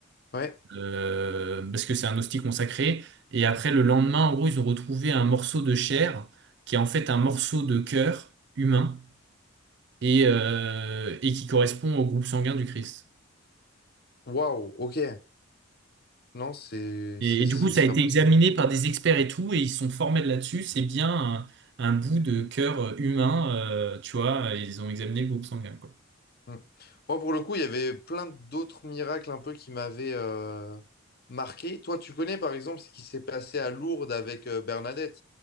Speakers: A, on the left; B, on the right.
A: Ouais,
B: euh, parce que c'est un hostie consacré. Et après, le lendemain, en gros, ils ont retrouvé un morceau de chair, qui est en fait un morceau de cœur humain et, euh, et qui correspond au groupe sanguin du Christ.
A: waouh, ok. Non, c'est
B: Et,
A: c'est
B: et du
A: c'est-
B: coup, ça
A: c'est
B: a été
A: impressionnant.
B: examiné par des experts et tout, et ils se sont formés de là-dessus. C'est bien un, un bout de cœur humain, euh, tu vois, et ils ont examiné le groupe sanguin, quoi.
A: Mm. Moi, pour le coup, il y avait plein d'autres miracles un peu qui m'avaient euh, marqué. Toi, tu connais par exemple ce qui s'est passé à Lourdes avec euh, Bernadette?